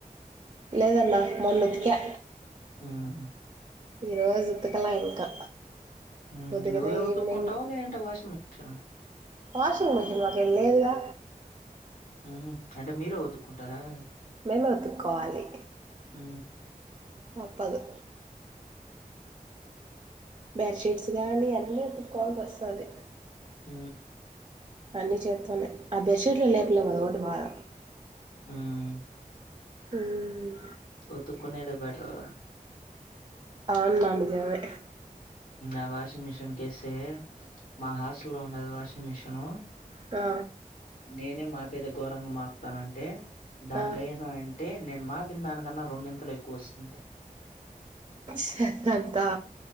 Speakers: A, on the right (about 35°); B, on the left (about 65°).
A: లేదన్నా మొన్నఉతికియా
B: ఆహా
A: ఈరోజుతుకల ఇంకా
B: ఉమ్
A: కుదుకుతే
B: నువ్వే ఉతుక్కుంటావా
A: ఈవనింగ్
B: లేదంటే వాషింగ్ మిషనా
A: వాషింగ్ మిషన్ మాకే లేదుగా
B: ఉహు అంటే మీరే ఉతుక్కుంటారా
A: మేమే ఉతుక్కోవాలి
B: ఊ
A: తప్పదు బెడ్షీట్స్ గానీ అన్నీ ఒతుక్కకోవాల్సి వస్తుంది
B: ఆ
A: అన్ని చేస్తున్నాయి ఆ బెడ్ షీట్లు లేపిలేము అది ఒకటి బాధ
B: ఉమ్
A: ఉమ్
B: ఉతుక్కునదే బెటరు
A: అవును నా నిజమే
B: ఆ వాషింగ్ మిషిన్ కేస్తే మా హాస్టల్ లో ఉండది వాషింగ్ మిషిన్
A: ఆ
B: నేనే మా పేద ఘోరంగా మాపుతానంటే దాంట్లో
A: ఆ
B: ఏ అంటే నేను మాటిన్న దానికన్నా రెండింతలు ఎక్కువ వస్తుంది
A: చెత్తంతా